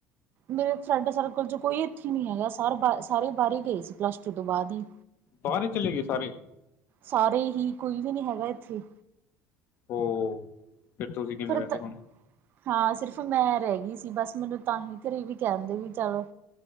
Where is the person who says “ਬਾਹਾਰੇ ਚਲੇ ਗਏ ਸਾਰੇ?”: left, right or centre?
Left